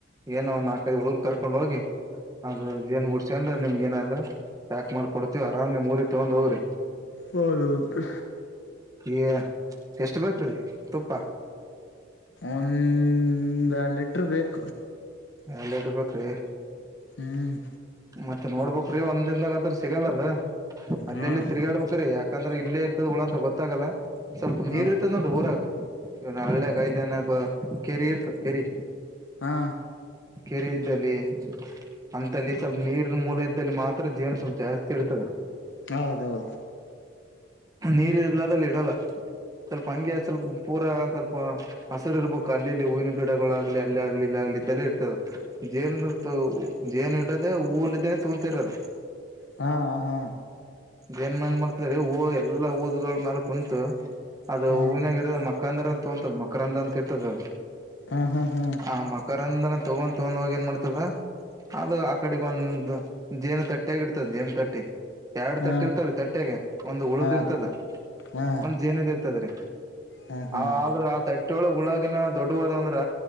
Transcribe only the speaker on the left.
ಹೌದುದು.
ಒಂದರಡು ಲೀಟರ್ ಬೇಕ.
ಹ್ಮ್
ಹ್ಮ್
ಹಾ
ಹಾ
ಹೌದೌದ.
ಹಾ ಹಾ
ಹಾ
ಹಾ ಹಾ ಹಾ
ಹಾ
ಹಾ
ರೀ ಹಾ
ಹಾ ಹಾ